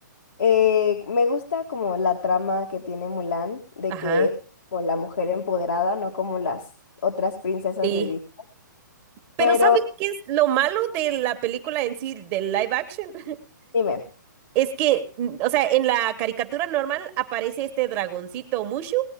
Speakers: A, on the left (about 85°); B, on the right (about 25°).
A: eh, me gusta como la trama que tiene Mulan, de
B: Ajá.
A: que es como la mujer empoderada, no como las otras princesas
B: Sí.
A: de Disney.
B: Pero
A: Pero
B: ¿sabes qué es lo malo de la película en sí, del live action? <laughs>
A: Dime.
B: Es que, mm, o sea, en la caricatura normal aparece este dragoncito Mushu